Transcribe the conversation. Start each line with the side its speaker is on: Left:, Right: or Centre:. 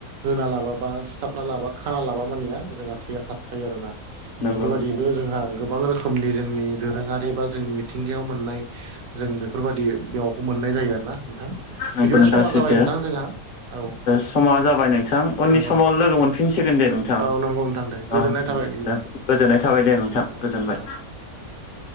Right: होना लाबा बा सिथाबना लाबा खाना लाबा मानिया जोंहा थैया थाब थायो आरोना।
Left: नंगौ
Right: बेफोरबायदिबो जोंहा गोबां रोखोम खोमनि जोंनि दोरोङारि बा जोंनि मिथिंगायाव मोननाय जों बे बेफोरबायदि बेखौ मोननाय जायो आरोना नोंथां
Left: नोंथां
Right: बिदिबा समा
Left: सैथो
Right: जाबाय नोंथां जोंहा औ
Left: समा जाबाय नोंथां उननि
Right: नंगौ
Left: समाव लोगो मोनफिनगोन। मोनफिनसिगोन दे नोंथां
Right: औ नंगौ नोंथां दे गोजोननाय
Left: अ
Right: थाबाय बिदिबा
Left: गोजोननाय थाबाय दे नोंथां
Right: औ
Left: गोजोनबाय।
Right: नोंथां। <unintelligible>